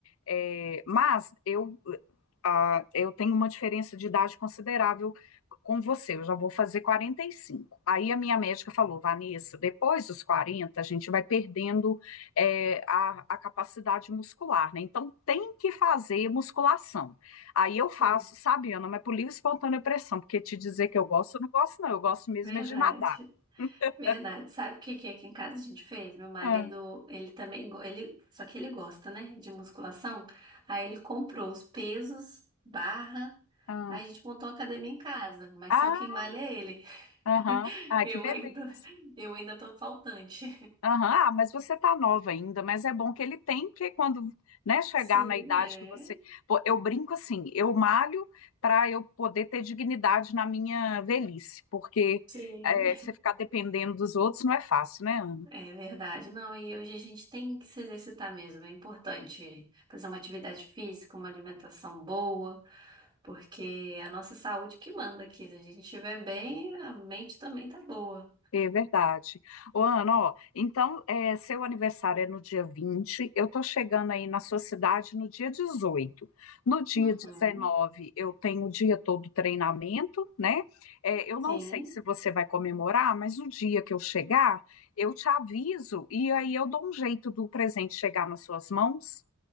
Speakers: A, on the left; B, on the right.
A: É, mas eu, ah, eu tenho uma diferença de idade considerável com você. Eu já vou fazer 45. Aí a minha médica falou, Vanessa, depois dos 40 a gente vai perdendo é, a, a capacidade muscular, né? Então tem que fazer musculação. Aí eu faço,
B: Sim,
A: sabe, Ana, mas por livre e espontânea pressão, porque te dizer que eu gosto, eu não gosto, não. Eu gosto mesmo
B: verdade.
A: é de nadar. <laughs>
B: Verdade. Sabe o que que aqui em casa a gente fez? Meu marido,
A: Ah,
B: ele também, go- ele, só que ele gosta, né, de musculação. Aí ele comprou os pesos, barra.
A: ah,
B: Aí a gente montou a academia em casa, mas
A: ah,
B: só quem malha é ele.
A: aham,
B: <laughs>
A: ah,
B: Eu
A: que beleza.
B: ainda, eu ainda tô faltante.
A: Aham, ah, mas você tá nova ainda, mas é bom que ele tem, porque quando, né, chegar
B: Sim,
A: na idade
B: é.
A: que você. Pô, eu brinco assim, eu malho para eu poder ter dignidade na minha velhice, porque
B: Sim.
A: é, você ficar dependendo dos outros não é fácil, né, Ana?
B: É verdade. Não, e hoje a gente tem que se exercitar mesmo, é importante fazer uma atividade física, uma alimentação boa. Porque é a nossa saúde que manda aqui. Se a gente estiver bem, a mente também tá boa.
A: É verdade. Ô, Ana, ó, então, é, seu aniversário é no dia 20, eu tô chegando aí na sua cidade no dia 18. No dia
B: Uhum,
A: 19 eu tenho o dia todo treinamento, né? É, eu
B: sim.
A: não sei se você vai comemorar, mas o dia que eu chegar, eu te aviso e aí eu dou um jeito do presente chegar nas suas mãos.